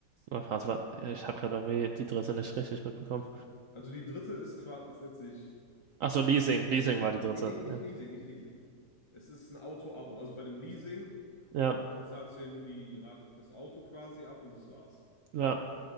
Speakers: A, on the right; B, on the left.
A: Ach, was war, ich habe gerade irgendwie die dritte nicht richtig mitbekommen.
B: Also die dritte ist quasi, ist nennt sich,
A: Ach so, Leasing.
B: äh,
A: Leasing war die dritte.
B: nee, nicht, nicht
A: Ja,
B: Leasing, nicht Leasing. Es ist ein Auto-Abo. Also bei einem Leasing
A: ja.
B: bezahlst du ja nur die Rate fürs Auto quasi ab und das war's.
A: ja.